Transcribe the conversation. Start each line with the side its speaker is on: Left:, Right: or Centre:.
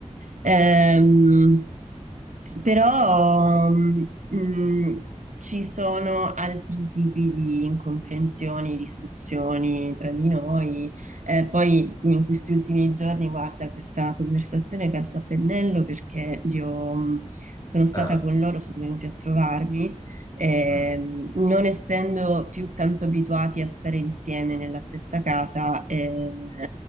Left: mm,
Right: Ehm,
Left: mm.
Right: però mh, ci sono altri tipi di incomprensioni, discussioni tra di noi. Eh, poi in questi ultimi giorni, guarda, questa conversazione calza a pennello perché li ho- mh, sono stata
Left: Ah,
Right: con loro, sono venuti a trovarmi. ehm,
Left: mm.
Right: non essendo più tanto abituati a stare insieme nella stessa casa, eh,